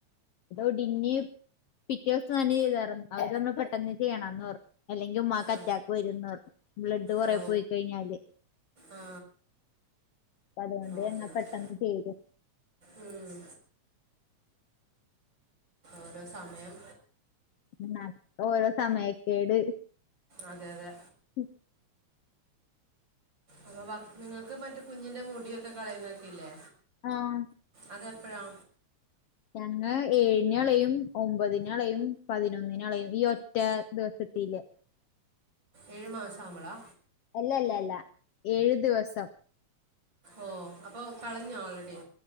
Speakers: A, on the left; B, on the right.
A: ഇതൊടിഞ്ഞ്. പിറ്റേസം തന്നെ ചെയ്തായ്രുന്നു അവര് പറഞ്ഞു പെട്ടന്ന് ചെയ്യണംന്ന് പറഞ്ഞു അല്ലെങ്കി ഉമ്മാക്ക്
B: ആ
A: അറ്റാക്ക് വരുംന്ന് പറഞ്ഞു. ബ്ലഡ് കുറേ
B: ഓ
A: പോയി കഴിഞ്ഞാല്.
B: ആ
A: അപ്പ അത്കൊണ്ട്
B: ഓക്കെ
A: തന്നെ
B: ഓക്കെ
A: പെട്ടെന്ന് ചെയ്തു.
B: ഉം. ഒരോ സമയം.
A: ഇന്നാ ഓരോ സമയക്കേട്.
B: അതെ അതെ.
A: ഉം.
B: അവവ നിങ്ങക്ക് മറ്റു കുഞ്ഞിന്റെ മുടിയൊക്കെ കളയുന്നൊക്കെ ഇല്ലേ.
A: ആഹ്.
B: അതെപ്പഴാ.
A: ഞങ്ങ ഏഴിന് കളയും ഒമ്പതിനളയും പതിനൊന്നിനളയും ഈ ഒറ്റ ദിവസത്തിലെ.
B: ഏഴ്‌ മാസം ആകുമ്പളാ.
A: അല്ലല്ലല്ല ഏഴു ദിവസം.
B: ഓഹ് അപ്പൊ കളഞ്ഞോ ഓൾറെഡി.